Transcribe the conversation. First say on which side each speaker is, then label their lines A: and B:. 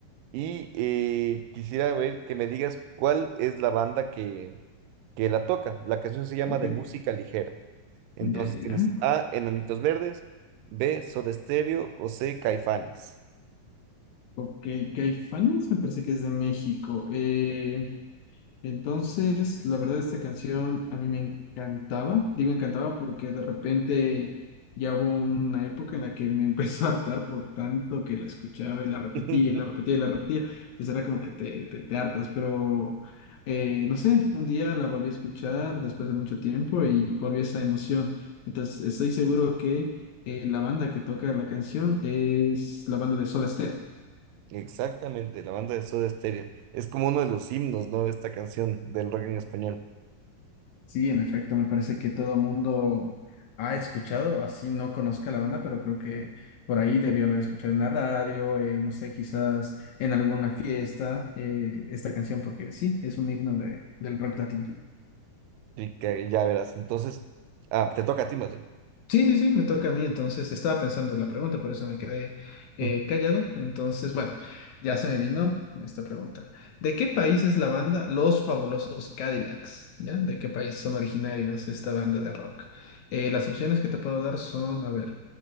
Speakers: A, on the right (about 80°); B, on the left (about 70°).
A: y eh, quisiera ver que me digas cuál es la banda que, que la toca. La canción se llama
B: Ok,
A: De Música Ligera. Entonces
B: ya, ya, ya.
A: tienes A, Enanitos Verdes, B, Soda Stereo o C, Caifanes.
B: Ok, Caifanes me parece que es de México. Eh, Entonces, la verdad, esta canción a mí me encantaba. Digo encantaba porque de repente ya hubo una época en la que me <laughs> empezó a hartar por tanto que la escuchaba y la repetía
A: <laughs>
B: y la repetía y la repetía. Entonces era como que te, te, te hartas, pero eh, no sé, un día la volví a escuchar después de mucho tiempo y volví a esa emoción. Entonces, estoy seguro que eh, la banda que toca la canción es la banda de Soda Stereo.
A: Exactamente, la banda de Soda Stereo. Es como uno de los himnos, ¿no? Esta canción del rock en español.
B: Sí, en efecto, me parece que todo mundo ha escuchado, así no conozca la banda, pero creo que por ahí debió haber escuchado en la radio, eh, no sé, quizás en alguna fiesta, eh, esta canción, porque sí, es un himno de, del rock latino.
A: Y que ya verás. Entonces, ah, te toca a ti, Mati.
B: Sí, sí, sí, me toca a mí, entonces estaba pensando la pregunta, por eso me quedé eh,
A: <laughs>
B: callado. Entonces, bueno, ya se me vino esta pregunta. ¿De qué país es la banda Los Fabulosos Cadillacs? ¿Ya? ¿De qué país son originarios esta banda de rock? Eh, las opciones que te puedo dar son, a ver,